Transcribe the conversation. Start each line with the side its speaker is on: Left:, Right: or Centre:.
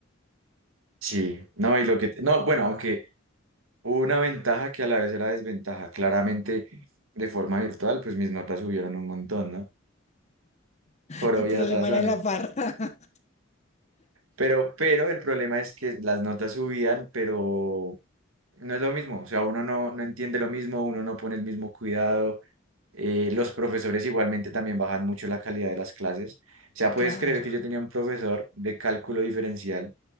Right: sí, no, y lo que, te- no, bueno, aunque... una ventaja que a la vez era desventaja. Claramente, de forma virtual, pues mis notas subieron un montón, ¿no?
Left: <laughs>
Right: Por obvias
Left: El problema
Right: razones.
Left: era la farra. <laughs>
Right: Pero, pero el problema es que las notas subían, pero no es lo mismo. O sea, uno no, no entiende lo mismo, uno no pone el mismo cuidado. Eh, los profesores igualmente también bajan mucho la calidad de las clases. O sea, puedes
Left: Claro.
Right: creer que yo tenía un profesor de cálculo diferencial